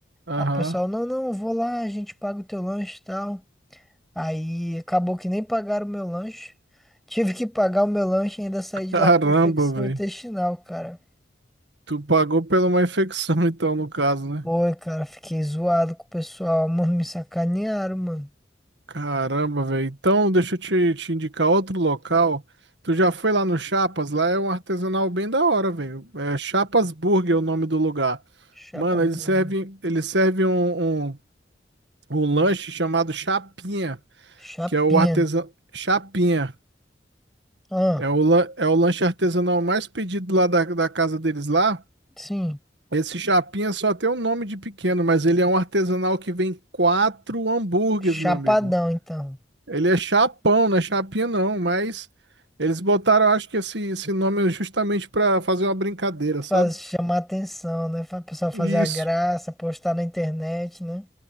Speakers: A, on the right; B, in the centre.
A: Aham.
B: Aí o pessoal, não, não, eu vou lá, a gente paga o teu lanche e tal. Aí acabou que nem pagaram o meu lanche. Tive que pagar o meu lanche e ainda saí
A: <laughs>
B: de lá com
A: Caramba,
B: infecção
A: velho.
B: intestinal, cara.
A: Tu pagou pela uma infecção, <laughs> então, no caso, né?
B: Foi, cara, fiquei zoado com o pessoal, mano, me sacanearam, mano.
A: Caramba, velho. Então, deixa eu te, te indicar outro local. Tu já foi lá no Chapas? Lá é um artesanal bem da hora, velho. É Chapas Burger é o nome do lugar.
B: Chapasburgo.
A: Mano, eles servem, eles servem um, um o lanche chamado Chapinha,
B: Chapinha.
A: que é o artesão. Chapinha.
B: Ah,
A: É o, lan- é o lanche artesanal mais pedido lá da, da casa deles lá.
B: sim.
A: Esse Chapinha só tem um nome de pequeno, mas ele é um artesanal que vem quatro hambúrgueres,
B: Chapadão,
A: meu amigo.
B: então.
A: Ele é chapão, não é chapinha não, mas eles botaram, eu acho que esse, esse nome justamente para fazer uma brincadeira, sabe?
B: Faz chamar atenção, né? Faz o pessoal fazer
A: Isso.
B: a graça, postar na internet, né?